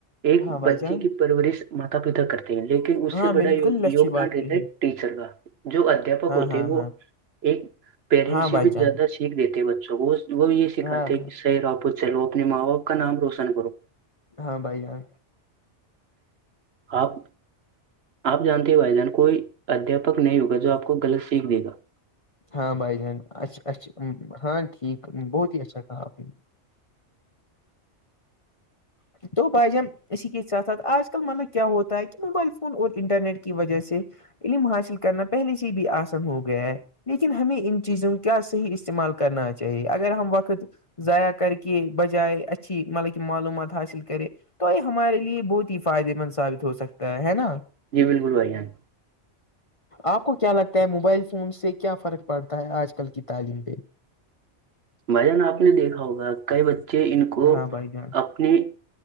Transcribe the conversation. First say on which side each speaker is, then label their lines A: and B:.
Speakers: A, on the right; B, on the left.
A: ایک
B: ہاں بھائی
A: بچے
B: جان
A: کی پرورش ماتا پتا کرتے ہیں لیکن اس
B: ہاں
A: سے بڑا
B: بالکل
A: یوگدان
B: اچھی بات
A: رہتا
B: کہی
A: ہے ٹیچر کا جو ادھیاپک
B: ہاں
A: ہوتے
B: ہاں
A: وہ
B: ہاں
A: ایک پیرنٹ
B: ہاں
A: سے
B: بھائی
A: بھی
B: جان
A: زیادہ سیکھ دیتے بچوں کو وہ بھی یہ سکھاتے
B: ہاں ہاں
A: کہ ص ر آپو چلو اپنے ماں باپ کا نام روشن کرو
B: ہاں بھائی جاں
A: آپ آپ جانتے ہیں بھائی جان کوئی ادھپک نہیں ہوگا جو آپ کو غلط سیکھ دے گا
B: ہاں بھائی جان اچھا اچھا ہاں ٹھیک بہت ہی اچھا کہا آپ نے تو بج اسسی کی ساتاتھ آج کل مطلب کیا ہوتا ہے موبائل فون اور انٹرنیٹ کی وجہ سے علم حاصل کرنا پہلے سے بھی آسان ہو گیا ہے لیکن ہمیں ان چیزوں کو کیا صحیح استعمال کرنا چاہیے اگر ہم وقت ضاع کر کے بجائے اچھی مطلب کہ معلومات حاصل کرے تو یہ ہمارے لیے بہت ہی فائدے مند ثابت ہو سکتا ہے ہے نا
A: جی بالکل بھائی جان
B: آپ کو کیا لگتا ہے موبائل فون سے کیا فرق پڑتا ہے آج کل کی تعلیم پہ
A: بھائی جان آپ نے دیکھا ہوگا کئی بچے ان کو
B: ہاں بھائی جان
A: اپنے